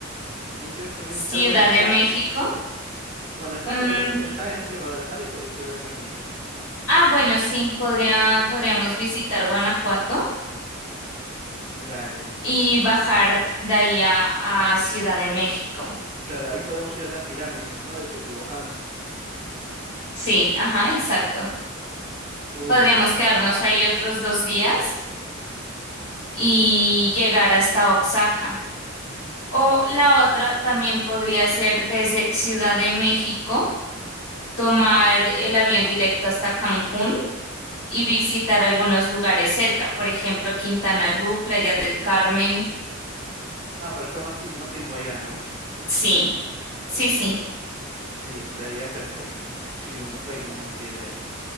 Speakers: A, on the right; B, on the left.
A: de ahí creo que también
B: Ciudad
A: está Guanajuato.
B: de México.
A: Guanajuato
B: mm,
A: creo que está entre Guadalajara y, Gua- y Ciudad de México.
B: Ah, bueno, sí, podría, podríamos visitar Guanajuato
A: Dale.
B: y bajar de ahí a, a Ciudad de México.
A: Claro, ahí podemos ir a las pirámides, ¿no? De Teotihuacán.
B: Sí, ajá, exacto.
A: Uy,
B: Podríamos
A: perfecto.
B: quedarnos ahí otros dos días y llegar hasta Oaxaca. O la otra también podría ser desde Ciudad de México, tomar el avión directo hasta Cancún y visitar algunos lugares cerca, por ejemplo, Quintana Roo, Playa del Carmen.
A: Ah, para estar más, tiemp- más tiempo allá, ¿no? ¿No?
B: Sí, sí, sí.
A: Sí, estaría perfecto. Sí, me en- oye, me encanta la idea.